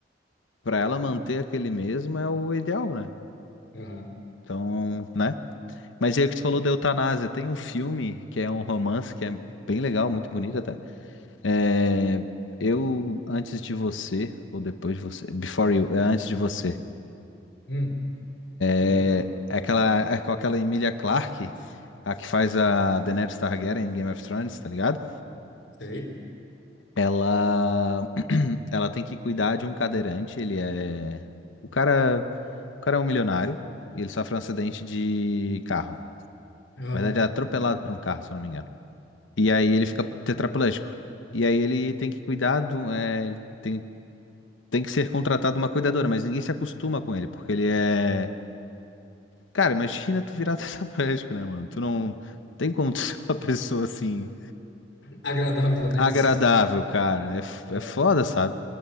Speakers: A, on the left; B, on the left.
A: para ela manter aquele mesmo é o ideal, né?
B: Aham.
A: Então, né? Mas e aí que tu falou da eutanásia, tem um filme que é um romance que é bem legal, muito bonito até. É, eu antes de você ou depois de você, Before You, é antes de você.
B: Hum, deixa
A: É
B: eu anotar.
A: é aquela é com aquela Emilia Clarke, a que faz a Daenerys Targaryen em Game of Thrones, tá ligado?
B: Sei.
A: Ela <clears throat> ela tem que cuidar de um cadeirante, ele é o cara, o cara é um milionário e ele sofre um acidente de carro.
B: Ah,
A: Na verdade, é atropelado por um carro, se eu não me engano. E aí ele fica tetraplégico. E aí ele tem que cuidar do, é, ele tem, tem que ser contratado uma cuidadora, mas ninguém se acostuma com ele, porque ele é. Cara, imagina tu virar <laughs> tetraplégico, né, mano? Tu não, não tem como tu <laughs> ser uma pessoa assim.
B: agradável, né,
A: agradável,
B: de
A: cara. É, f-
B: Ah,
A: é foda, sabe?